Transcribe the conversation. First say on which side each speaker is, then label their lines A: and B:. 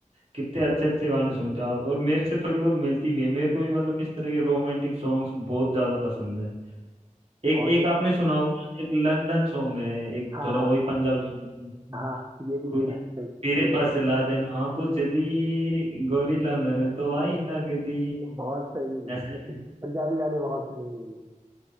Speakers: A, on the right (about 45°); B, on the right (about 25°).
A: कितने अच्छे अच्छे गाने सुनते हो आप और मेरे से थोड़ी बहुत मिलती भी है मेरे को भी मतलब इस तरह के रोमांटिक सॉन्ग्स बहुत ज्यादा पसंद है एक
B: और
A: एक
B: जो
A: आपने सुना होगा एक लंदन सॉन्ग है एक
B: हाँ
A: थोड़ा
B: हाँ
A: वही पंजाबी सॉन्ग है
B: हाँ ये भी
A: ਕੁੜੀ
B: सुना है सही सही
A: ਤੇਰੇ
B: कह
A: ਪਾਸੇ
B: रहे
A: ਲਾ ਦੇ ਨਾ ਪੁੱਛਦੀ ਗੋਰੀ ਲੰਦਨ ਤੋਂ ਆਈ ਲੱਗਦੀ
B: हो। बहुत सही
A: ऐसा
B: ये पं- पंजाबी गाने बहुत सुने हैं मैंने